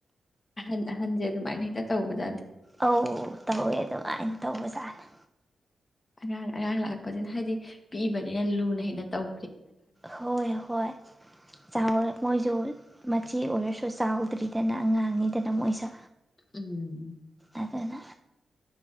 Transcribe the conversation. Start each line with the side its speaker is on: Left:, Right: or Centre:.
Left: ꯑꯍꯟ ꯑꯍꯟꯖꯦ ꯑꯗꯨꯃꯥꯏꯅ ꯍꯦꯛꯇ ꯇꯧꯕꯗꯗꯤ
Centre: ꯑꯧ ꯇꯧꯋꯦ ꯑꯗꯨꯃꯥꯏꯅ ꯇꯧꯕꯖꯥꯠꯅꯦ
Left: ꯑꯉꯥꯡ ꯑꯉꯥꯡ ꯂꯥꯛꯂꯄꯁꯤꯅ ꯍꯥꯏꯗꯤ ꯄꯤꯛꯏꯕꯅꯤꯅ ꯂꯨꯅ ꯍꯦꯟꯅ ꯇꯧ
Centre: ꯍꯣꯏ ꯍꯣꯏ ꯆꯥꯎꯔꯦ ꯃꯣꯏꯁꯨ ꯃꯆꯦ ꯑꯣꯏꯔꯁꯨ ꯆꯥꯎꯗ꯭ꯔꯤꯗꯅ ꯑꯉꯥꯡꯅꯤꯗꯅ ꯃꯣꯏꯁ
Left: ꯎꯝ
Centre: ꯑꯗꯨꯅ